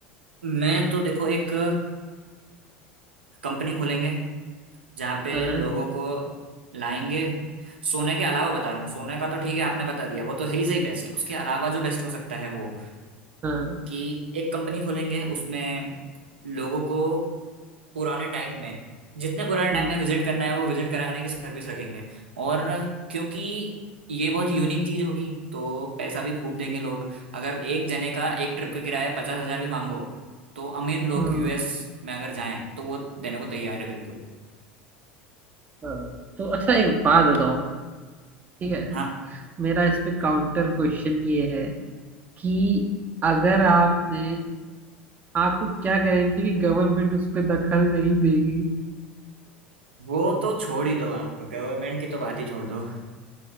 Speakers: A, on the right (about 75°); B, on the right (about 30°).
A: मैं तो देखो एक कंपनी खोलेंगे जहाँ पे
B: हाँ
A: लोगों को लाएंगे सोने के अलावा बता रहा हूँ सोने का तो ठीक है आपने बता दिया वो तो है ही सही बेस्ट उसके अलावा जो बेस्ट हो सकता है वो
B: हाँ
A: कि एक कंपनी खोलेंगे उसमें लोगों को पुराने टाइम में जितने पुराने
B: हम्म
A: टाइम में विजिट करना है वो विजिट कराने की सर्विस रखेंगे और क्योंकि ये बहुत यूनिक चीज होगी तो पैसा भी खूब देंगे लोग अगर एक जने का एक ट्रिप का किराया पचास हजार भी मांगो तो अमीर लोग
B: हम्म,
A: यूएस में अगर जाएं तो वो देने को तैयार है बिल्कुल
B: हाँ। तो अच्छा एक बात बताओ ठीक है
A: हाँ
B: मेरा इस पे काउंटर क्वेश्चन ये है कि अगर आपने आपको क्या गारंटी कि गवर्नमेंट उस पे दखल नहीं देगी
A: वो तो छोड़ ही दो आप गवर्नमेंट की तो बात ही छोड़ दो